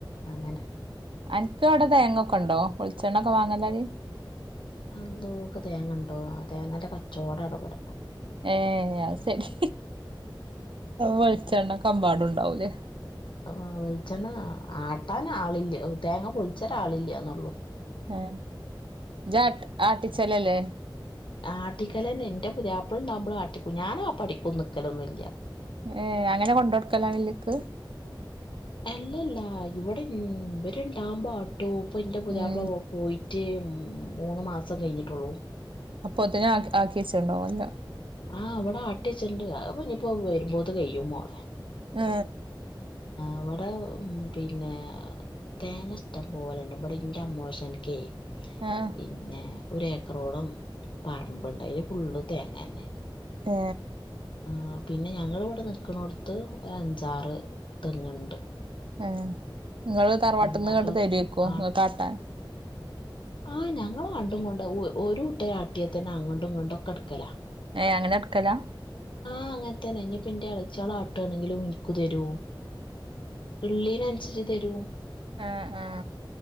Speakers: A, on the left; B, on the right.
A: അങ്ങനെ
B: അന്ക്ക് അവിടെ തേങ്ങൊക്കൊണ്ടൊ ഒളിച്ചെണ്ണൊക്കെ വാങ്ങല്ലര്
A: ന്തോക്കെ തേങ്ങ ഉണ്ടോ തേങ്ങനടെ ചോട ഇടപട
B: ഏ അത് സരി വെളിച്ചെണ്ണ കമ്പാടുണ്ടാവൂ എ
A: ആ വെളിച്ചെണ്ണ ആട്ടാൻ ആളില്ലേ തേങ്ങ പൊളിച്ചരാ ആളില്ലന്നള്ളു
B: എ ജാട്ട ആട്ടിച്ചലല്ലേ
A: ആട്ടിക്കലെ എൻന്റെ പുതിയയാപ്പളിണ്ടാവുമ്പോള ആട്ടിക്കും ഞാനാ പഠിക്കും നിക്കലൊന്നുമില്ല
B: ഏ അങ്ങനെ കൊണ്ട്ടുക്കലോ വില്ലേക്ക്
A: അല്ലല്ല ഇവിടെ രണ്ടാമ്പോ ടോപ്പന്റെ പുതപ്പിള
B: ഉം
A: പോയിട്ട് ഉ മൂന്ന് മാസം കഴിഞ്ഞിട്ടുള്ളൂ
B: അപ്പൊ അത്ത ആ ആക്കി വച്ചിട്ടുണ്ടോാവല്ല
A: ആഅവിടെ ആട്ടിച്ചണ്ട്നിയിപ്പോ പോ രുമ്പോത് കഴും മോളെ
B: ആ
A: അവിടെ പിന്നെ തേങ്ങ ഇഷ്ടം പോലെയുണ്ട് ഇവിടെ ഇറെ അമോഷൻക്ക്
B: ആഹ്
A: പിന്നെ ഒരുഏക്കറോളം പറമ്പ് ഉണ്ടായല് ഫുള്ള് തേങ്ങ തന്നെ
B: ഏ
A: ആ പിന്നെ ഞങ്ങിവിടെ നിക്കണോടത്ത് ഒരു അഞ്ചാറ് തെങ്ങുണ്ട്
B: ആ നിങ്ങള് തറവാട്ടിൽന്ന്
A: ഉം അപ്പൊ
B: കണ്ട് തരുവക്കോ
A: ആ
B: ട്ടാൻ
A: ആ ഞങ്ങൾ കണ്ടും കൊണ്ട് ഒരു കുട്ട ആട്ടിയ തന്നെ അങ്ങോട്ടും ഇങ്ങോട്ടും ഒക്കെ എടുക്കല
B: ഏയ് അങ്ങനെ എടുക്കലാ
A: ആ അങ്ങനെ തന്നെ ഇനി പി അടച്ചാളാട്ട് ആണെങ്കിൽ നിക്കു തരു ഉള്ളി ന ഇച്ച് തരൂ
B: എ അ